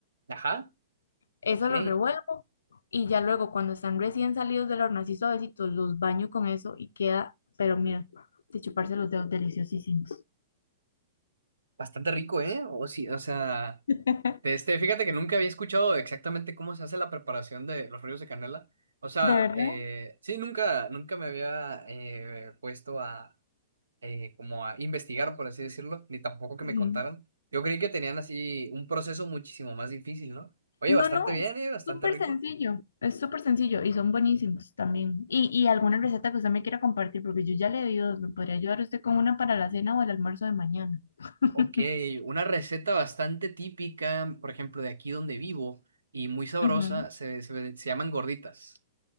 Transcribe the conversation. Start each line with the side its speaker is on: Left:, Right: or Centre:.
Right: Ajá,
Left: Eso
Right: ok.
Left: lo revuelvo y ya luego cuando están recién salidos del horno, así suavecitos, los baño con eso y queda, pero mira, de chuparse los dedos deliciosísimos.
Right: Bastante rico, ¿eh? O sí, o sea.
Left: <laughs>
Right: De este, fíjate que nunca había escuchado exactamente cómo se hace la preparación de los rollos de canela. O sea,
Left: ¿De verdad?
Right: eh, sí, nunca, nunca me había eh, puesto a eh, como a investigar, por así decirlo, ni tampoco que
Left: Ujú.
Right: me contaran. Yo creí que tenían así un proceso muchísimo más difícil, ¿no? Oye,
Left: No,
Right: bastante
Left: no,
Right: bien,
Left: es
Right: eh, bastante
Left: súper
Right: rico.
Left: sencillo, es súper sencillo y son buenísimos también. Y, y alguna receta que usted me quiera compartir, porque yo ya le di dos, me podría ayudar usted con una para la cena o el almuerzo de mañana. <laughs>
Right: Ok, una receta bastante típica, por ejemplo, de aquí donde vivo y muy sabrosa,
Left: Ujú.
Right: se, se, se llaman gorditas.